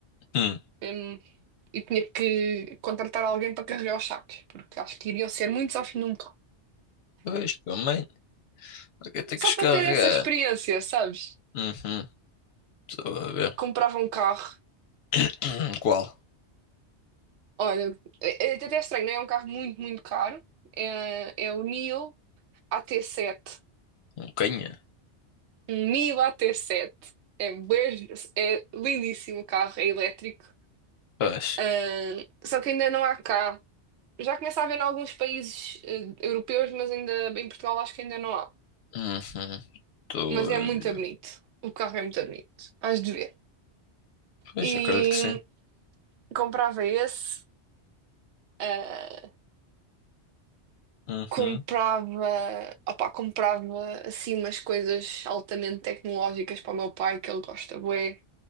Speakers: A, on the left; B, on the right.
A: Hum.
B: Hum, e tinha que contratar alguém para carregar os sacos, porque acho que iriam ser muitos ao fim de um carro.
A: Pois, também. O que eu tenho
B: Só
A: que descarregar?
B: para ter essa experiência, sabes?
A: Uhum. Estou a ver.
B: Comprava um carro,
A: <coughs> Qual?
B: olha, é, é até estranho, não é É um carro muito, muito caro. É, é o Nio AT7.
A: Um canha?
B: Um Nio AT7. É, bué- é lindíssimo o carro, é elétrico.
A: Pois.
B: Ah, só que ainda não há cá. Já começa a haver em alguns países eh, europeus, mas ainda em Portugal acho que ainda não há.
A: Uhum. Estou
B: Mas
A: a
B: é muito
A: ver.
B: bonito. O carro é muito bonito. Hás de ver.
A: Pois,
B: E
A: acredito que sim.
B: comprava esse. ah,
A: Uhum.
B: comprava, opá, comprava assim umas coisas altamente tecnológicas para o meu pai, que ele gosta bué.